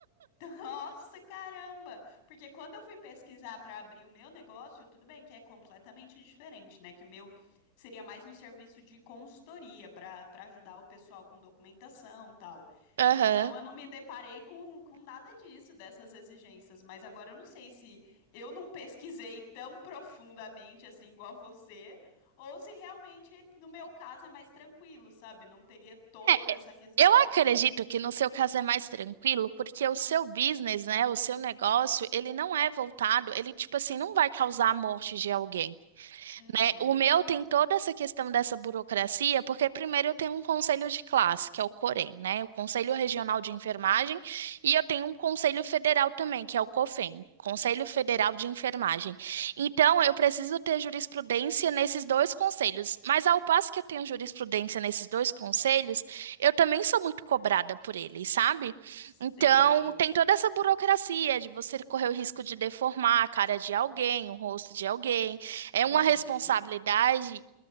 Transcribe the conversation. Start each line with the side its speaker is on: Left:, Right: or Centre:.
Left: Nossa, caramba! Porque quando eu fui pesquisar para abrir o meu negócio, tudo bem que é completamente diferente, né? Que o meu seria mais um serviço de consultoria para para ajudar o pessoal com documentação, tal.
Right: <laughs> Aham.
Left: Então eu não me deparei com, com nada disso, dessas exigências, mas agora eu não sei se eu não pesquisei tão profundamente assim igual você, ou se realmente no meu caso é mais tranquilo, sabe? Não teria toda
Right: É, é,
Left: essa questão.
Right: eu acredito que no seu caso é mais tranquilo, porque o seu business, né, o seu negócio, ele não é voltado, ele tipo assim, não vai causar a morte de alguém
Left: Uhum.
Right: né? O meu tem toda essa questão dessa burocracia, porque primeiro eu tenho um conselho de classe, que é o COREN, né? O Conselho Regional de Enfermagem, e eu tenho um conselho federal também, que é o COFEN, Conselho Federal de Enfermagem. Então, eu preciso ter jurisprudência nesses dois conselhos, mas ao passo que eu tenho jurisprudência nesses dois conselhos, eu também sou muito cobrada por eles, sabe?
Left: Sei.
Right: Então, tem toda essa burocracia de você correr o risco de deformar a cara de alguém, o rosto de alguém. É
Left: Uhum.
Right: uma responsabilidade